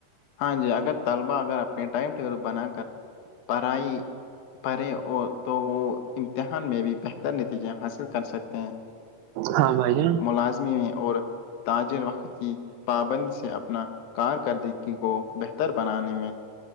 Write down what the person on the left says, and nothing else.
ہاں جی اگر طلبا اگر اپنے ٹائم ٹیبل بنا کر پڑھائی پیں اور تو وہ امتحان میں بھی بہتر نتیجے حاصل کر سکتے ہیں
لازمی اور تاجر وقت کی پابندی سے اپنا کارکردگی کو بہتر بنانے میں